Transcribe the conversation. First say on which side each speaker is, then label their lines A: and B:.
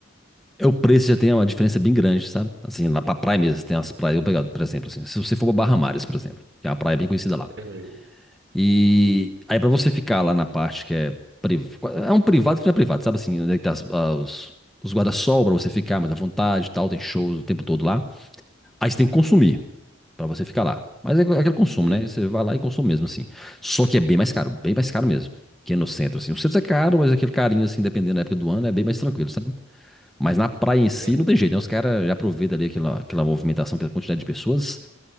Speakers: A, in the centre; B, on the right.
A: é, o preço já tem uma diferença bem grande, sabe? Assim, lá pra praia mesmo, tem umas praias, eu vou pegar, por exemplo, assim, se você for pra Barra Mares, por exemplo, que é uma praia bem conhecida lá.
B: Uhum.
A: E aí pra você ficar lá na parte que é priv... é um privado que não é privado, sabe assim, onde é que tá as- as- os guarda-sol pra você ficar mais à vontade e tal, tem shows o tempo todo lá. Aí você tem que consumir. Pra você ficar lá. Mas é aquele consumo,
B: Uhum.
A: né? Você vai lá e consome mesmo, assim. Só que é bem mais caro, bem mais caro mesmo. Que é no centro, assim. O centro é caro, mas aquele carinho, assim, dependendo da época do ano, é bem mais tranquilo, sabe? Mas na praia em si
B: Uhum.
A: não tem jeito, né? Os caras já aproveitam ali aquela, aquela movimentação, aquela quantidade de pessoas